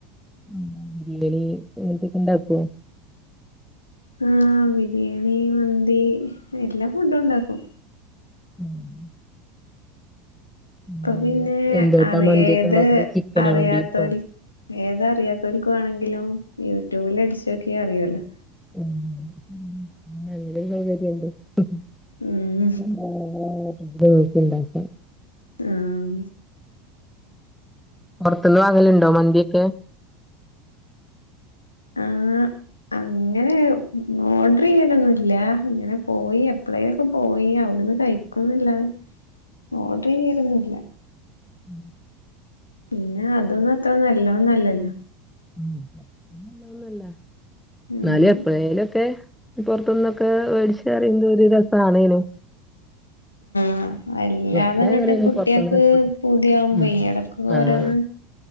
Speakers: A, in the centre; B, on the left (about 80°).
A: ഉം. ബിരിയാണി ഇങ്ങനത്തൊക്കെണ്ടാക്കോ?
B: ആഹ് ബിരിയാണി, മന്തി എല്ലാ ഫുഡുണ്ടാക്കും.
A: ആഹ് ഉം.
B: ഇപ്പ പിന്നെ
A: എന്തോട്ടാ
B: അറിയേത്
A: മന്തിയൊക്കെ ഉണ്ടാക്കല് ചിക്കനോ
B: അറിയാത്തവരിൽ
A: ബീഫോ
B: ഏത് അറിയാത്തോൽക്ക് വാണെങ്കിലും യൂട്യൂബില് അടിച്ചോക്കിയാ അറിയുവല്ലോ
A: <unintelligible>
B: ഉം
A: <unintelligible>
B: ആഹ്
A: പൊറത്തുന്ന് വാങ്ങലുണ്ടോ മന്തിയൊക്കെ?
B: ആഹ് അങ്ങനെ ഓർഡറിയ്യലൊന്നുല്ല. ഇങ്ങനെ പോയി എപ്പളേലൊക്കെ പോയി അവിടന്ന് കഴിക്കുംന്നല്ലാതെ ഓർഡറിയ്യലൊന്നും ഇല്ല
A: ഉ
B: പിന്നെ അതൊന്നും അത്ര നല്ലോതൊന്നല്ലല്ലോ
A: ഉം <unintelligible> നല്ലതൊന്നും അല്ല.
B: ഉം
A: ഇന്നാലും എപ്പളേലും ഒക്കെ പൊറത്ത്ന്നൊക്കെ വേടിച്ച അറിയുന്നത് ഒരു രസം ആണേനും.
B: ആഹ് വല്ലാതെ
A: ഞാന്
B: ഇങ്ങട്ട്
A: അങ്ങനെയാണ്
B: കുട്ട്യോക്ക്
A: പുറത്തുന്ന്
B: പൂതിയാവുമ്പേ.
A: ഉം
B: എടക്കൊക്കേ
A: ആഹ്
B: ഓരോന്ന്